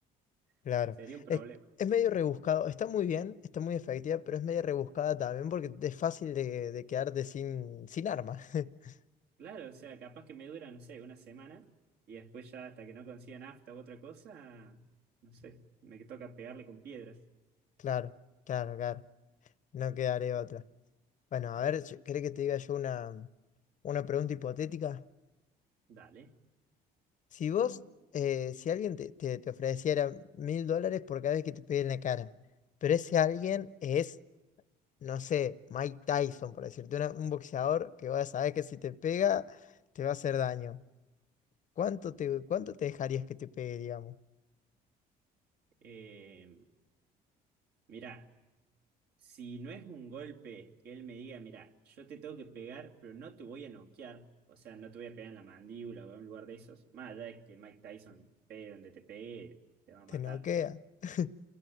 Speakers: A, on the left; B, on the right.
A: Claro.
B: <laughs> sería un problema.
A: Es, es medio rebuscado. Está muy bien, está muy efectiva, pero es medio rebuscada también porque es fácil de, de quedarte sin, sin arma. <laughs>
B: Claro, o sea, capaz que me dura, no sé, una semana y después ya hasta que no consiga nafta u otra cosa, no sé, me toca pegarle con piedras.
A: Claro, claro, claro. No quedaré otra. Bueno, a ver, yo- ¿querés que te diga yo una, una pregunta hipotética?
B: Dale.
A: Si vos, eh, si alguien te, te- te ofreciera mil dólares por cada vez que te pegue en la cara, pero ese alguien es, no sé, Mike Tyson, por decirte, una- un boxeador que vas a saber que si te pega, te va a hacer daño. ¿Cuánto te, cuánto te dejarías que te pegue, digamos?
B: Eh, mirá. Si no es un golpe que él me diga, mira, yo te tengo que pegar, pero no te voy a noquear, o sea, no te voy a pegar en la mandíbula o en un lugar de esos, más allá de que Mike Tyson pegue donde te pegue, te va a
A: ¿Te
B: matar.
A: noquea? <laughs>